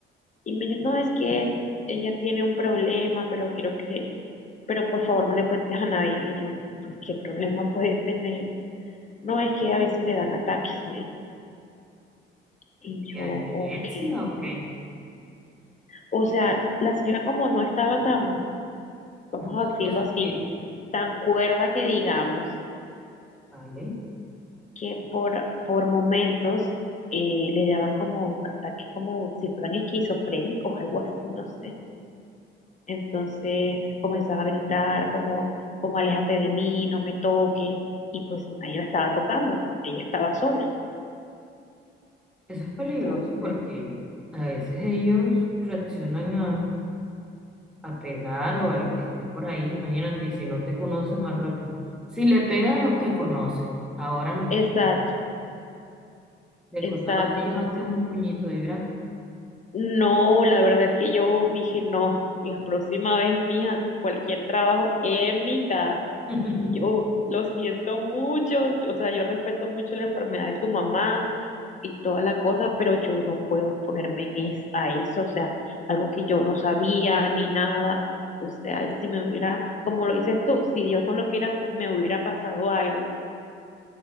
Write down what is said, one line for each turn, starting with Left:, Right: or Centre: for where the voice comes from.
Left: Y me dice, no, es que ella tiene un problema, pero quiero que, pero por favor no le cuentes a nadie. Y yo, pues, ¿qué problema puede tener? No, es que a veces le dan ataques, me dijo.
Centre: ¿Que
Left: Y
Centre: te
Left: yo,
Centre: quede epilepsia
Left: ok.
Centre: o qué?
Left: O sea, la señora como no estaba tan, vamos
Centre: Ya no
Left: a
Centre: sé,
Left: decirlo
Centre: cosas
Left: así,
Centre: finas,
Left: tan cuerda que digamos
Centre: ¿vale?
Left: que por, por momentos eh, le daban como ataques como si fueran esquizofrénicos, algo así, no sé. Entonces comenzaba a gritar como, como aléjate de mí, no me toques, y pues nadie la estaba tocando, ella estaba sola.
Centre: Eso es peligroso
Left: Entonces,
Centre: porque a veces ellos reaccionan a, a pegar o al que esté por ahí, imagínate, y si no te conoce más rápido. Si le pega a los que conoce, ahora a los
Left: exacto,
Centre: que no, de
Left: exacto,
Centre: cosa no te
Left: entonces,
Centre: llevaste un puñito de gratis.
Left: no, la verdad es que yo dije, no, la próxima vez, mija, cualquier trabajo en mi casa.
Centre: <laughs>
Left: Yo lo siento mucho, o sea, yo respeto mucho la enfermedad de tu mamá y toda la cosa, pero yo no puedo exponerme en es- a eso, o sea, algo que yo no sabía ni nada. O sea, si me hubiera, como lo dices tú, si Dios no lo quiera, me hubiera pasado algo